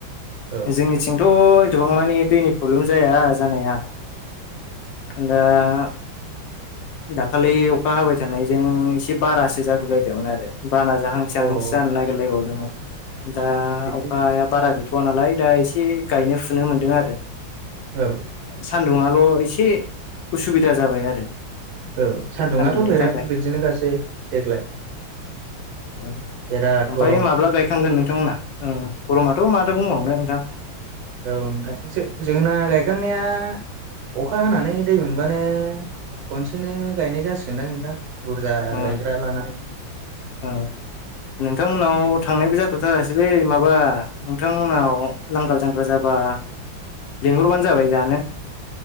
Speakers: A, on the right; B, on the left.
A: औ
B: जोंनिथिंथ' एथबां मानिे दैनि प्रब्लेम जाया जानाया। <unintelligible> दाखालि अखा हाबाय थानायजों एसे बारासो जागोबलायदोंमोन आरो। बाना जाहांसो जाहांसो
A: औ अ
B: जानो नागिरलायबावदोंमोन दा
A: बिदि
B: अखाया बारा गै बथ नालाय दा एसे गायनो फुनो मोनदों आरो
A: औ
B: सान दङाल' एसे उसुबिदा जाबाय आरो।
A: औ सान्दुंङाथ'
B: सान्दुंनि
A: बिराद
B: थाखाय
A: बिदिनोखासै देग्लाय
B: औ
A: बिराद
B: ओमफ्राय
A: गरम
B: माब्ला गायखांगोन नोंथांमोना गरमाथ' माथो बुंबावनो नोंथां।
A: औ नोंथां जो-जोंना गायखांनाया अखा हानानै दै मोनबानो खनसेनो गायनाय जासिगोनदां नोंथां। बुरजा
B: औ
A: गायग्रा लानानै
B: औ नोंथांमोनाव थांनायबो जाथ जथारासैलै माबा नोंथांमोनाव नांगोल जांग्रा जाबा लिंहरबानो जाबाय जानो।